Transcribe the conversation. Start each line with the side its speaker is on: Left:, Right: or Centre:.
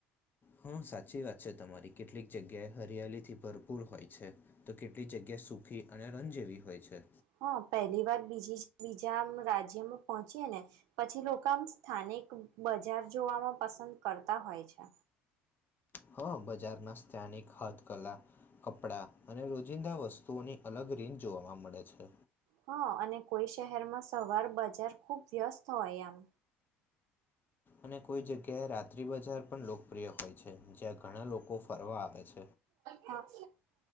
Left: હમ્મ સાચી વાત. છે તમારી કેટલીક જગ્યાએ હરિયાલીથી ભરપૂર હોય છે તો કેટલી જગ્યા સુખી અને રંગ જેવી હોય છે.
Right: હા પહેલી વાર બીજી બીજા રાજ્યમાં પહોંચી ને પછી લોકો આમ સ્થાનિક બજાર જોવામાં પસંદ કરતા હોય છે.
Left: હા બજારમાં સ્થાનિક હથકલા કપડા અને રોજિંદા વસ્તુઓની અલગ રીત જોવાવામાં મળે છે.
Right: હા અને કોઈ શહેરમાં સવાર બજાર ખુબ વ્યસ્ત હોય આમ.
Left: અને કોઈ જગ્યાએ રાત્રિ બજાર પણ લોકપ્રિય હોય છે જ્યાં ઘણા લોકો ફરવા આવે છે
Right: હા